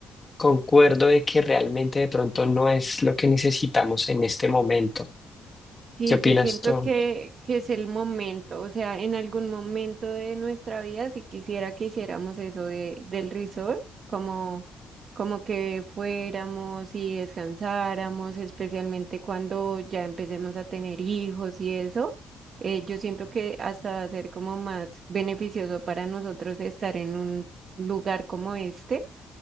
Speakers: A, on the left; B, on the right.
A: concuerdo de que realmente de pronto no es lo que necesitamos en este momento.
B: sí,
A: ¿Qué opinas
B: yo siento
A: tú?
B: que, que es el momento, o sea, en algún momento de nuestra vida, si quisiera que hiciéramos eso de, del resort, como, como que fuéramos y descansáramos, especialmente cuando ya empecemos a tener hijos y eso, eh, yo siento que hasta va a ser como más beneficioso para nosotros estar en un lugar como este